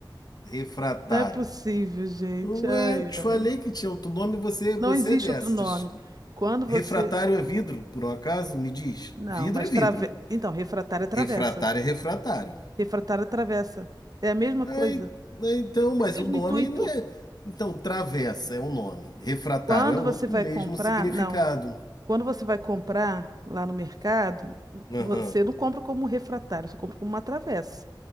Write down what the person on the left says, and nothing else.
Refratário.
Ué,
eu te
falei que tinha outro nome, você,
você
é dessas.
Refratário é vidro, por um acaso? Me diz.
Vidro
é vidro.
Refratário é refratário.
Aí,
né, então, mas
o nome
não é. Então, travessa é um nome. Refratário
é outro
com o mesmo
significado.
Aham,